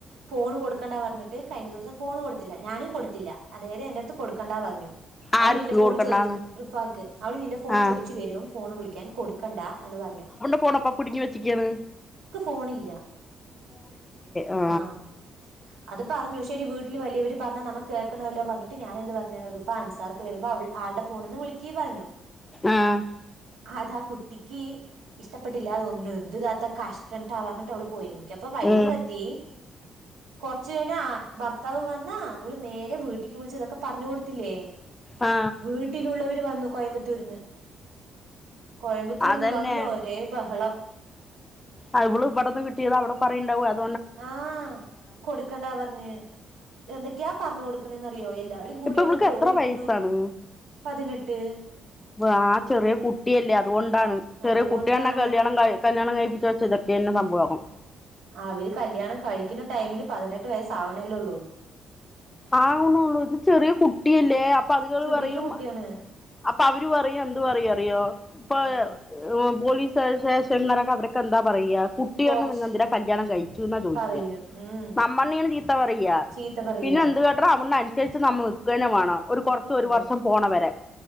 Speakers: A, on the right; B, on the left.
A: ഫോണ് കൊടുക്കണ്ടാ പറഞ്ഞിട്ട് കഴിഞ്ഞ ദിവസം ഫോണ് കൊടുത്തില്ല ഞാനും കൊടുത്തില്ല അതായത് എന്റെടുത്ത് കൊടുക്കണ്ടാ പറഞ്ഞു അവള്
B: ആർക്ക്
A: ഇന്റെ ഫോണ്
B: കൊടുക്കണ്ടാന്ന്
A: ചോയിച്ച് റിഫാക്ക് അവള് നിന്റെ ഫോണ്
B: ആ
A: ചോയിച്ച് വരും ഫോണ് വിളിക്കാൻ കൊടുക്കണ്ട എന്ന് പറഞ്ഞു
B: ഫോണപ്പ പിടുങ്ങി വച്ചിക്കാണ്
A: ഫോണില്ലാ
B: ആ
A: ആഹ് അത് പറഞ്ഞു ശരി വീട്ടില് വലിയവര് പറഞ്ഞാ നമ്മ കേക്കണല്ലോ പറഞ്ഞിട്ട് ഞാനെന്ത് പറഞ്ഞ് റിഫാൻ സാർക്ക് വരുമ്പോ അവൾ ആൾടെ ഫോണ്ന്ന് വിളിക്കീ പറഞ്ഞു.
B: ആഹ്
A: അതാ കുട്ടിക്ക് ഇഷ്ടപ്പെട്ടില്ല തോന്ന്ണു എന്ത് താത്ത കഷ്ടം ട്ടാ പറഞ്ഞിട്ട് അവള് പോയി എനി എനിക്കപ്പൊ വൈര്
B: ഉം,
A: കത്തി കൊർ ച്ച് കയിഞ്ഞാ ഭർത്താവ് വന്നാ അവള് നേരെ വീട്ടിക്ക് വിളിച്ച്തൊക്കെ പറഞ്ഞു കൊടുത്തില്ലേ
B: ആ
A: വീട്ടിലുള്ളവര് വന്നു കോയമ്പത്തൂര്ന്ന് കോയമ്പത്തൂര്ന്ന്
B: അതന്നെ
A: വന്നു ഒരേ ബഹളം
B: അത് ഇവള് ഇവിടുന്ന് കിട്ടിയത് അവടെ പറയുണ്ടാവും അത്
A: ആഹ കൊട്ക്കണ്ടാ പറഞ് എന്തൊക്യാ പറഞ് കൊട്ക്ക്‌ണ്ന്നറിയോ എല്ലാവരും കൂടി
B: ഇപ്പൊ
A: എന്നെ
B: ഇവൾക്ക്
A: ദ്രോഹിക്കുണു
B: എത്ര വയസ്സാണ്
A: പതിനെട്ട്
B: വാ ചെറിയ കുട്ടിയല്ലേ അതുകൊണ്ടാണ് ചെറിയ
A: അതുകൊണ്ടാണ്
B: കുട്ട്യെണെ കല്യാണം കായ കല്യാണം കഴിപ്പിച് വെച്ചഇതൊക്കെ തന്നെ സംഭവം
A: അവ്ര് കല്ല്യാണം കഴിക്കുന്ന ടൈമില് പതിനെട്ട് വയസ്സാവണെല്ലൊള്ളൂ
B: ആവുണൊള്ളൂ ഇത് ചെറിയ കുട്ടിയല്ലേ അപ്പഅത്കള്
A: ചെറിയ
B: പറയും
A: കുട്ടിയാണ്
B: അ പ്പ അവര് പറയും എന്ത് പറയറിയോ ഇപ്പ
A: ഉം
B: പോലീസ് <unintelligible> സ്റ്റേഷനിലുള്ളോരൊക്കെ അവരൊക്കെന്താ പറയ്യാ കുട്ടിയേൾണെ
A: പോക്സ്
B: നിങ്ങെന്തിനാ കല്യാണം കഴിച്ചുന്നാ ചോയ്ക്യാ
A: പറയും ഉം
B: ന്നമ്മണ്ണേണ് ചീത്തപറയ്യാ
A: ചീത്ത പറയാ
B: പിന്നെന്ത് കാട്ടണം അവൾനെ അനുസരിച്ച് നമ്മൾ നിൽക്കന്നെ വേണം ഒരു കൊറച്ച് ഒരു
A: അതെ
B: വർഷം പോണവരെ